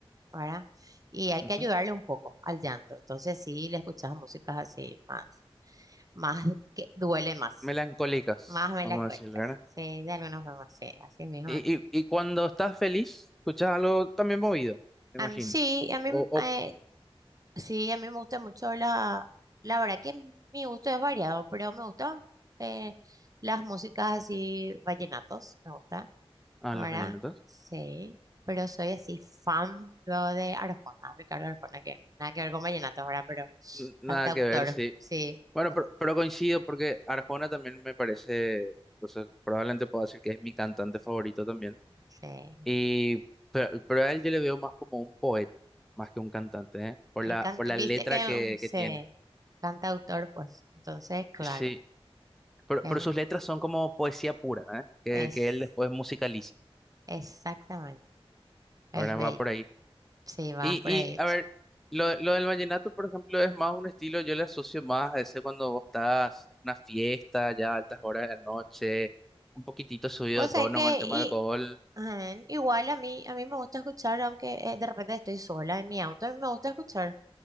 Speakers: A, on the right; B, in the centre.
A: ¿verdad? Y hay
B: Ujú.
A: que ayudarle un poco al llanto, entonces sí, le escuchas músicas así más, más que duele más,
B: Melancólicas,
A: más melancólicas,
B: vamos a decir, ¿verdad?
A: sí, de alguna forma, sí, así mismo.
B: Y, y, y cuando estás feliz, escuchas algo también movido, me
A: Am,
B: imagino.
A: sí, a mí
B: O, o...
A: eh, Sí, a mí me gusta mucho la, la verdad que mi gusto es variado, pero me gustan eh, las músicas así, vallenatos, me gusta,
B: Ah,
A: ¿verdad?
B: los vallenatos.
A: Sí, pero soy así fan luego de Arjona, Ricardo Arjona, que nada que ver con vallenatos, ¿verdad? Pero
B: N- Nada
A: cantautor,
B: que ver, sí.
A: sí,
B: Bueno,
A: bueno,
B: pero, pero coincido porque Arjona también me parece, o sea, probablemente puedo decir que es mi cantante favorito también.
A: sí. eh,
B: Y, pero, pero a él yo le veo más como un poeta, más que un cantante, ¿eh? Por la,
A: can-
B: por la
A: viste
B: letra
A: que
B: que,
A: mm, se
B: que tiene.
A: cantautor, pues, entonces, claro,
B: Sí, Pero,
A: es,
B: pero
A: un-
B: sus letras son como poesía pura, ¿eh? Que,
A: es
B: que él después musicaliza,
A: exactamente, es
B: ¿verdad?
A: bello,
B: Va por ahí.
A: sí, vas
B: Y,
A: por
B: y
A: ahí.
B: a ver, lo, lo del vallenato, por ejemplo, es más un estilo, yo le asocio más a ese cuando vos estás en una fiesta, ya a altas horas de la noche, un poquitito subido
A: O
B: de
A: sea
B: tono
A: que
B: con el tema
A: y,
B: del alcohol,
A: ajá, igual a mí, a mí me gusta escuchar, aunque eh, de repente estoy sola en mi auto, a mí me gusta escuchar